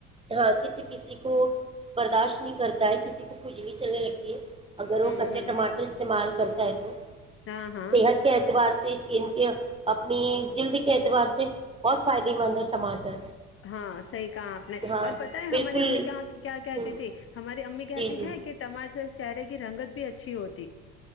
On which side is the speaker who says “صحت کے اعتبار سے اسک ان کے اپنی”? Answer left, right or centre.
Right